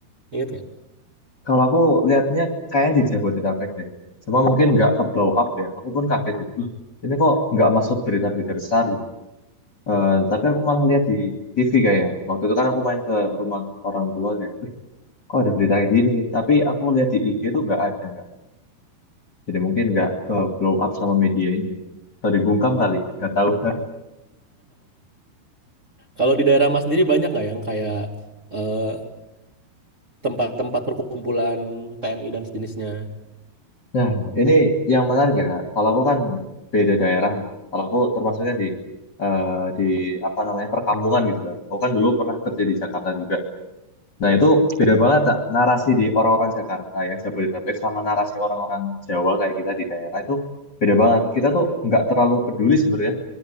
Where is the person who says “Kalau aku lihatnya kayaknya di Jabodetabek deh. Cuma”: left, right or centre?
Left